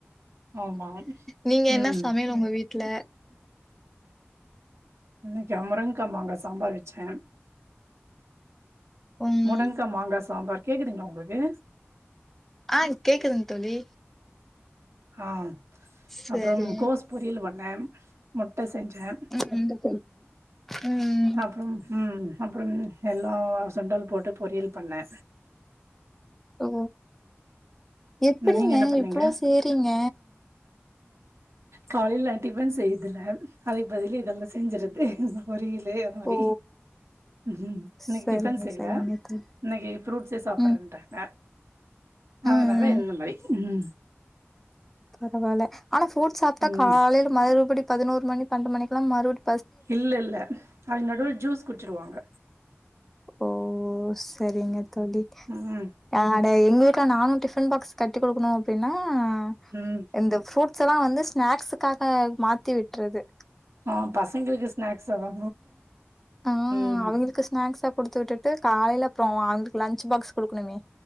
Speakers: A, on the right (about 80°); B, in the centre.
A: ஆமா
B: நீங்க என்ன
A: ம்
B: சமையலு உங்க வீட்ல
A: இன்னிக்கா முருங்கா மாங்கா சம்பார் வெச்சே
B: ம்
A: முடங்க்கா மாங்கா சாம்பார் கேக்குதுங்குளா உங்களுக்கு
B: அ கேக்குதுங் தோழி
A: ஆ
B: சரி
A: அப்புறம் கோஸ் பொரியல் பண்ணே மொட்டைஸ் செஞ்சே
B: ம் ம்.
A: அப்புறம் உம் அப்புறம் எல்லா சுண்டல் போட்டு பொரியல் பண்ணே
B: ஓ எப்பிடிங்க
A: நீங்க என்ன பண்ணீங்க
B: இவ்ளோ செய்ரீங்க
A: காலைல டிஃபன் செய்யிதுல்ல அதுக்கு பதிலு இதெல்லா செஞ்சுர்றது பொரி யலு அந்த மாரி
B: ஓ
A: உம் இன்னைக்
B: சரிங்க
A: டிபன் செய்யில
B: சரிங்க தோழி.
A: இன்னைக்கு ஃபுரூட்ஸே சாப்புறேன்டாங்க
B: ம்.
A: அதனால
B: ம்.
A: <unintelligible>
B: பரவால்ல ஆனா ஃபுரூட்ஸ் சாப்ட்டா
A: ம்
B: காலையில மறுபடி பதினொரு மணி பண்டு மணிக்குல்லா மறுபுடி
A: இல்ல இல்ல அது நடுவுல்ல ஜூஸ் குடிச்சுருவாங்க
B: ஓ ஓ சேரிங்க தோழி
A: ம்
B: ஆட எங் க்க நானு டிபன் பாக்ஸ் கட்டி குடுக்குணு அப்டின்னா அ
A: ம்
B: இந்த ஃபுரூட்ஸெல்லா வந்து ஸ் ஸ்நேக்ஸ்சுக்காக மாத்தி விட்டறது
A: அ பசங்களுக்கு ஸ்நேக்ஸ் அதா
B: ஆ
A: உம்
B: அவங்களுக்கு ஸ்நாக்ஸா குடுத்து விட்டுட்டு காலையில போவா அவங்களுக்கு லன்ச்சு பாக்ஸ் குடுக்குணுமே